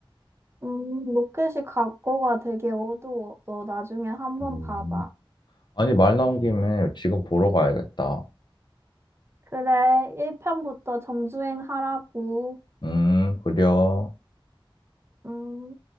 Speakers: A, on the right; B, on the left.
A: 음, 로켓이 각고가 되게 어두워. 너 나중에 한번
B: 음.
A: 봐봐.
B: 아니, 말 나온 김에 지금 보러 가야겠다.
A: 그래, 1편부터 정주행 하라고.
B: 음, 그려.
A: 음.